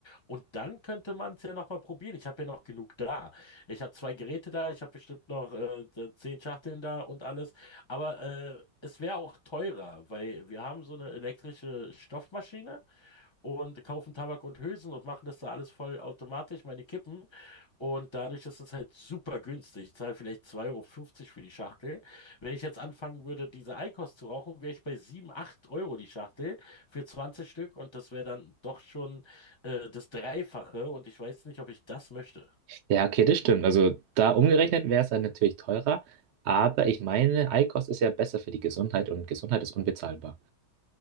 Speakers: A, on the left; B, on the right.
A: Und dann könnte man es ja nochmal probieren. Ich habe ja noch genug da. Ich habe zwei Geräte da, ich habe bestimmt noch äh, zehn Schachteln da und alles. Aber äh, es wäre auch teurer, weil wir haben so eine elektrische Stoffmaschine und kaufen Tabak und Hülsen und machen das da alles voll automatisch, meine Kippen. Und dadurch ist es halt super günstig. Ich zahle vielleicht zwei Euro fünfzig für die Schachtel. Wenn ich jetzt anfangen würde, diese Eikost zu rauchen, wäre ich bei 7, 8 Euro die Schachtel für 20 Stück. Und das wäre dann doch schon äh, das Dreifache. Und ich weiß nicht, ob ich das möchte.
B: Ja, okay, das stimmt. Also da umgerechnet wäre es dann natürlich teurer, aber ich meine, Eikost ist ja besser für die Gesundheit und Gesundheit ist unbezahlbar.